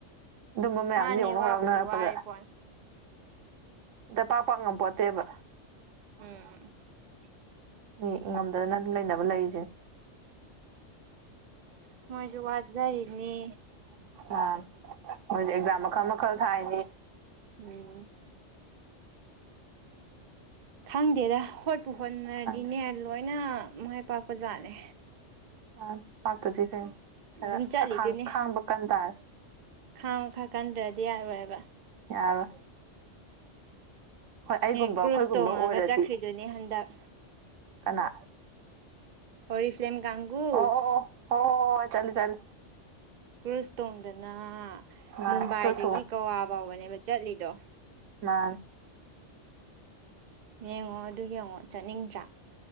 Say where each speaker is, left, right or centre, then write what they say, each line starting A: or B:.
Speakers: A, on the right; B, on the right.
A: ꯑꯗꯨꯝꯕ ꯃꯌꯥꯝꯗꯨꯣ
B: ꯃꯥꯅꯦ
A: ꯌꯧꯅ
B: ꯋꯥꯕꯨꯗꯤ
A: ꯍꯣꯔꯥꯎꯅꯔꯛꯄꯗ
B: ꯋꯥꯔꯦ ꯄꯣꯠꯅꯤ
A: ꯏ ꯄꯥꯄꯥꯉ ꯄꯠꯇꯦꯕ
B: ꯎꯝ
A: ꯎ ꯉꯗ ꯂꯗꯕ ꯂꯩꯁꯦ
B: ꯃꯣꯏꯁꯨꯦ ꯋꯥꯠꯖꯔꯤꯅꯤ
A: ꯑꯥ ꯃꯣꯏꯁꯦ ꯑꯦꯛꯖꯥꯝ ꯃꯈꯜ ꯃꯈꯜ ꯊꯥꯏꯅꯤ
B: ꯎꯝ ꯈꯪꯗꯦꯗ ꯍꯣꯠꯄꯨ ꯍꯣꯠꯅꯔꯗꯤꯅꯦ
A: ꯈꯪꯗꯦ
B: ꯂꯣꯏꯅ ꯃꯥꯏ ꯄꯥꯛꯄꯖꯥꯠꯂꯦ
A: ꯑ ꯄꯥꯛꯇꯗꯤ ꯀꯩꯅ
B: ꯑꯗꯨꯝ ꯆꯠꯂꯤꯗꯨꯅꯤ
A: ꯈꯔꯥꯡ ꯈꯥꯡꯕ ꯀꯟ ꯇꯥꯔꯦ
B: ꯈꯥꯡꯕ ꯈꯔ ꯀꯟꯗ꯭ꯔꯗꯤ ꯌꯥꯔꯣꯏꯕ
A: ꯌꯥꯔ ꯑꯩꯒꯨꯝꯕ
B: ꯑꯦ ꯀ꯭ꯔꯨꯁ
A: ꯑꯩꯈꯣꯏꯒꯨꯝꯕ
B: ꯇꯣꯡꯉꯒ
A: ꯑꯣꯏꯔꯗꯤ
B: ꯆꯠꯈ꯭ꯔꯤꯗꯨꯅꯦ ꯍꯟꯗꯛ
A: ꯀꯅꯥ
B: ꯑꯣꯔꯤꯐ꯭ꯂꯦꯝ ꯀꯥꯡꯒꯨ
A: ꯑꯣ ꯍ ꯍꯣ ꯆꯂ ꯆꯂ
B: ꯀ꯭ꯔꯨꯁ ꯇꯣꯡꯗꯅ
A: ꯃꯥꯅꯤ
B: ꯃꯨꯝꯕꯥꯏꯗꯒꯤ
A: ꯀ꯭ꯔꯨꯁ
B: ꯒꯋꯥ ꯐꯥꯎꯕꯅꯦꯕ ꯆꯠꯂꯤꯗꯣ
A: ꯃꯥ
B: ꯌꯦꯡꯉꯣ ꯑꯗꯨꯒꯤ ꯌꯦꯡꯉꯣ ꯆꯠꯅꯤꯡꯗ꯭ꯔꯥ